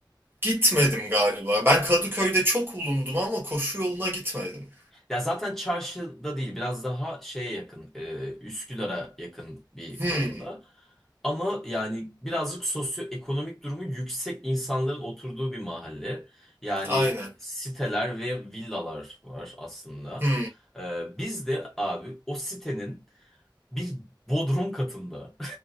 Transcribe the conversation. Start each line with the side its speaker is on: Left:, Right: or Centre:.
Right: Gitmedim galiba. Ben Kadıköy'de
Centre: Ya,
Right: çok bulundum ama koşu yoluna gitmedim.
Centre: ya zaten çarşıda değil biraz daha şeye yakın e, Üsküdar'a yakın bir
Right: Hı.
Centre: konumda. Ama yani birazcık sosyoekonomik durumu yüksek insanların oturduğu bir mahalle. Yani
Right: Aynen.
Centre: siteler ve villalar var aslında.
Right: Hı.
Centre: E, biz de abi o sitenin bir bodrum katında